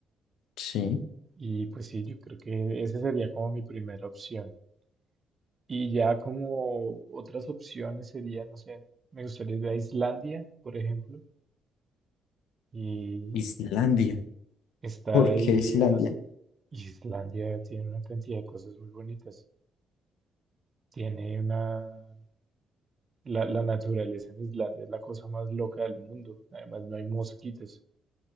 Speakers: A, on the left (about 90°); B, on the right (about 35°).
A: sí.
B: Y pues sí, yo creo que esa sería como mi primera opción. Y ya como otras opciones serían, no sé, me gustaría ir a Islandia, por ejemplo, y
A: Islandia.
B: estar
A: ¿Por
B: ahí
A: qué Islandia?
B: unas... Islandia tiene una cantidad de cosas muy bonitas. Tiene una... La, la naturaleza en Islandia es la cosa más loca del mundo. Además, no hay mosquitos.